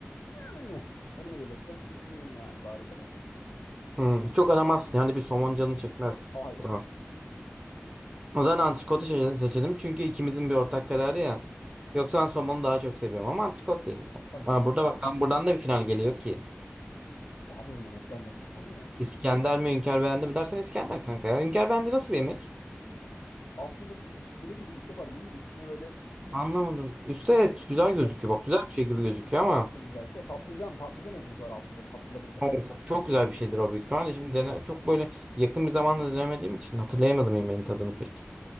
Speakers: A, on the left (about 80°); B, on the right (about 20°).
A: Yani önüme gelirse yiyeyim yani bari derim.
B: Hmm, çok aramazsın. Yani bir somon canın çekmez.
A: Hayır.
B: O zaman. O zaman antikotu seçe- seçelim. Çünkü ikimizin bir ortak kararı ya. Yoksa ben somonu daha çok seviyorum ama antikot değil bu.
A: Tamam.
B: Ha, burada bak lan buradan da bir final geliyor ki.
A: Abi bu yemekler ne şaka mı ya?
B: İskender mi Hünkar beğendi mi dersen İskender kanka ya. Hünkar beğendi nasıl bir yemek?
A: Altında böyle püre gibi bir şey var bunun. Üstüne böyle
B: Anlamadım. Üste evet, güzel gözüküyor.
A: et.
B: Bak güzel bir şey gibi gözüküyor
A: Hünkar
B: ama.
A: beğendi çok güzel bir şey. Patlıcan, patlıcan ezmesi var altında hatırladığım kadarıyla.
B: Of, çok güzel bir şeydir o büyük ihtimalle. Şimdi dene, çok böyle yakın bir zamanda denemediğim için hatırlayamadım yemeğin tadını pek.